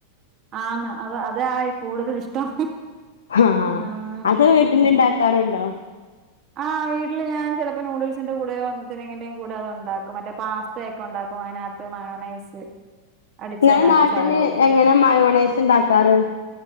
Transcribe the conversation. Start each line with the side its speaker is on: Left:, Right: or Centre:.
Right: ആന്ന് അത് അതായി കൂടുതൽ ഇഷ്ടം
Left: ഹാ
Right: ആഹ്
Left: അത് വീട്ടില്
Right: ഉം
Left: ഇണ്ടാക്കാറുണ്ടോ
Right: ആഹ് വീട്ടില് ഞാൻ ചിലപ്പോ നൂഡിൽസിന്റെ കൂടെയോ <unintelligible> കൂടെ അത്ണ്ടാക്കും മറ്റേ പാസ്തയെക്കെ ഉണ്ടാക്കും അതിനകത്തു മയോണൈസ് അടിച്ചേനകത്ത്
Left: ഇങ്ങളെ നാട്ടില്
Right: ശകല ഒഴിക്കും
Left: എങ്ങനെ മയോണൈസ് ഇണ്ടാക്കാറ്